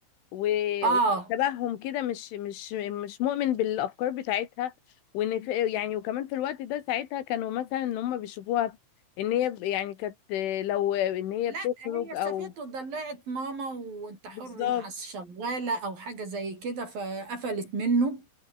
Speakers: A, on the left (about 75°); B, on the right (about 45°).
A: و-
B: اه
A: وشبههم كده مش مش مش مؤمن بالافكار بتاعتها وان في يعني وكمان في الوقت ده ساعتها كانوا مثلا ان هم بيشوفوها ان هي ب- يعني كانت آه، لو ان هي
B: لا
A: بتخرج
B: هي
A: او
B: شافته ضلعت ماما وانت
A: بالظبط
B: حر مع الشغالة او حاجة زي كده فقفلت منه